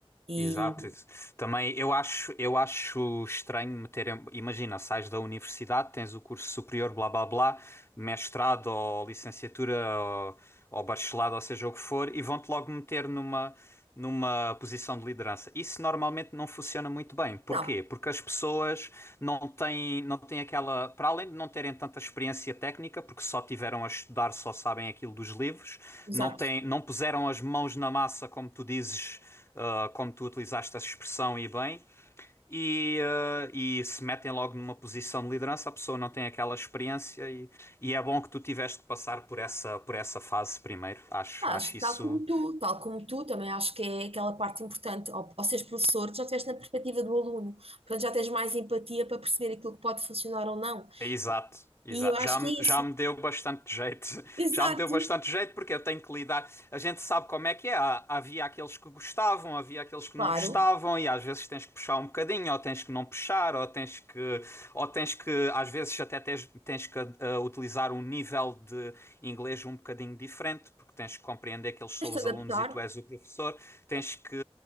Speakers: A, on the right (about 70°); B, on the left (about 25°).
A: e...
B: Exato. isso. Também eu acho, eu acho estranho meterem. Imagina, sais da universidade, tens o curso superior, blá blá blá, mestrado ou licenciatura ou, ou bacharelado, ou seja o que for, e vão-te logo meter numa numa posição de liderança. Isso normalmente não funciona muito bem. Porquê?
A: Não,
B: Porque as pessoas não têm, não têm aquela, para além de não terem tanta experiência técnica, porque só tiveram a estudar, só sabem aquilo dos livros,
A: exato.
B: não têm, não puseram as mãos na massa, como tu dizes, ah, como tu utilizaste essa expressão e bem. E, ah, e se metem logo numa posição de liderança, a pessoa não tem aquela experiência e, e é bom que tu tiveste de passar por essa, por essa fase primeiro. Acho,
A: Ah,
B: acho
A: Acho, que
B: isso
A: tal como tu, tal como tu, também acho que é aquela parte importante. Ao, ao seres professor, tu já estiveste na perspectiva do aluno, portanto já tens mais empatia para perceber aquilo que pode funcionar ou não.
B: Exato, exato.
A: E eu acho
B: Já, me-
A: que é
B: já
A: isso.
B: me deu bastante jeito.
A: Exato.
B: <laughs> Já me deu bastante jeito porque eu tenho que lidar. A gente sabe como é que é. Há- Havia aqueles que gostavam, havia aqueles que
A: Claro,
B: não gostavam, e às vezes tens que puxar um bocadinho, ou tens que não puxar, ou tens que, ou tens que, às vezes até tens, tens que ah, utilizar um nível de inglês um bocadinho diferente, porque tens que compreender que eles são
A: tens
B: os
A: de adaptar.
B: alunos e tu és o professor. Tens que,